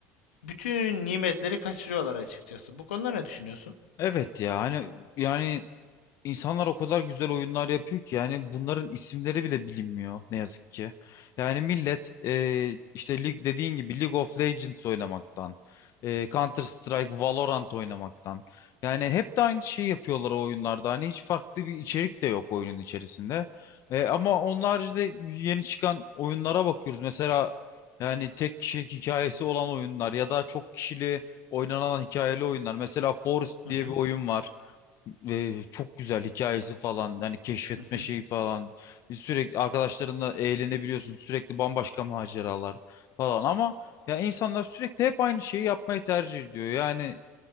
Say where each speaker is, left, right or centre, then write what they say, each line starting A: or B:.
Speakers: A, on the left; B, on the left.
A: bütün nimetleri kaçırıyorlar açıkçası. Bu konuda ne düşünüyorsun?
B: Evet ya hani yani İnsanlar o kadar güzel oyunlar yapıyor ki yani bunların isimleri bile bilinmiyor ne yazık ki. Yani millet e, işte lig dediğin gibi League of Legends oynamaktan, e, Counter Strike, Valorant oynamaktan. Yani hep de aynı şeyi yapıyorlar o oyunlarda. Hani hiç farklı bir içerik de yok oyunun içerisinde. E, ama onun haricinde yeni çıkan oyunlara bakıyoruz. Mesela yani tek kişilik hikayesi olan oyunlar ya da çok kişili oynanan hikayeli oyunlar. Mesela Forest
A: Hı
B: diye
A: hı,
B: bir oyun var ve çok güzel hikayesi falan hani keşfetme
A: hı hı.
B: şeyi falan sürekli arkadaşlarınla eğlenebiliyorsun sürekli bambaşka maceralar falan ama ya insanlar sürekli hep aynı şeyi yapmayı tercih ediyor yani